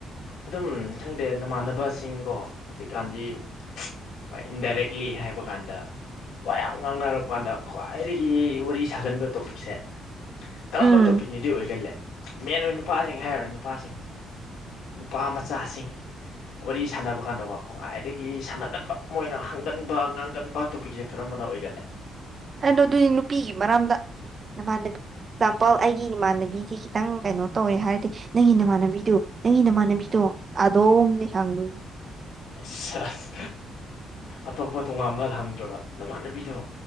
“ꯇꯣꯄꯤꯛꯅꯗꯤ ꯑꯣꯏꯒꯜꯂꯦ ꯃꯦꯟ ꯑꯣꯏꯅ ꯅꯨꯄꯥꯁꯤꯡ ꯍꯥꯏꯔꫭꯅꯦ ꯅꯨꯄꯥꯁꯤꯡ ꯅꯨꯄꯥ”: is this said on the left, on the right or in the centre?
Left